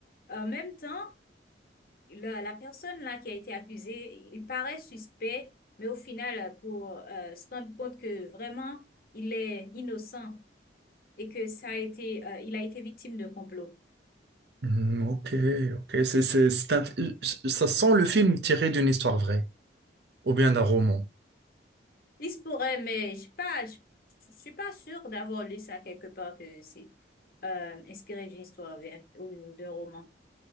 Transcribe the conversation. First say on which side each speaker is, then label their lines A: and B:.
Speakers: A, on the left (about 50°); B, on the right (about 60°).
A: en même temps, la, la personne là qui a été accusée, il paraît suspect, mais au final, pour euh, se rendre compte que vraiment il est innocent et que ça a été, euh, il a été victime de complot.
B: Hmm, ok, ok. C'est, c'est, c'est un- ça sent le film tiré d'une histoire vraie ou bien d'un roman.
A: Il se pourrait, mais je sais pas, je, je suis pas sûre d'avoir lu ça quelque part que c'est euh, inspiré d'une histoire vraie ou d'un roman.